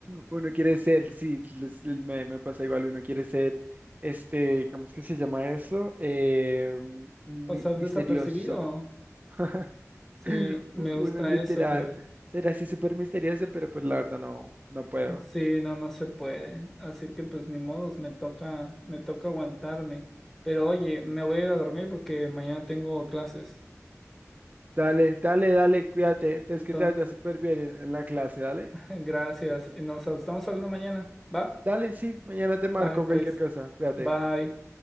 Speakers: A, on the right; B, in the centre.
A: Uno quiere ser, sí, les- me, me pasa igual, uno quiere ser, este, ¿cómo es que se llama eso? Eh, mm, mi-
B: pasar
A: misterioso.
B: desapercibido.
A: <laughs>
B: Sí, me
A: Uno
B: gusta
A: literal,
B: eso, pero
A: ser así súper misterioso, pero pues la verdad no, no puedo.
B: sí, no, no se puede. Así que pues ni modos, me toca, me toca aguantarme. Pero oye, me voy a ir a dormir porque mañana tengo clases.
A: Dale, dale, dale, cuídate. Entonces
B: Entonces,
A: que te vaya súper bien en en la clase, dale.
B: <laughs> gracias. Nos estamos hablando mañana, ¿va?
A: Dale, sí, mañana te marco
B: Dale pues.
A: cualquier cosa, cuídate.
B: Bye.